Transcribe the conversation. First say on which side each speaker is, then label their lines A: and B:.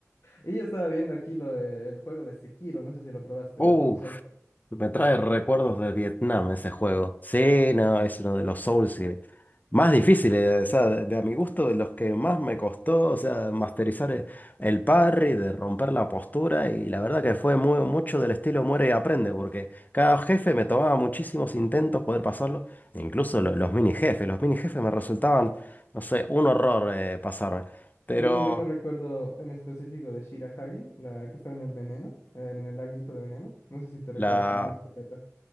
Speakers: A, on the left (about 60°); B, on the left (about 35°).
A: Y yo estaba viendo aquí lo de- el juego de Sekiro, no sé si lo probaste,
B: Uf,
A: de From Software.
B: me trae
A: Uh,
B: recuerdos de Vietnam ese juego. Sí, no, es uno de los Souls que- más difíciles, o sea, de, de a mi gusto, de los que más me costó, o sea, masterizar el, el parry, de romper la postura, y la verdad que fue muy, mucho del estilo muere y aprende, porque cada jefe me tomaba muchísimos intentos poder pasarlo, incluso lo- los mini jefes, los mini jefes me resultaban, no sé, un horror eh, pasarme. Pero...
A: Yo, me- yo me recuerdo en específico de Shirahagi, la que está en el veneno, en el laguito de veneno. No sé si te recuerdas
B: La,
A: con una escopeta.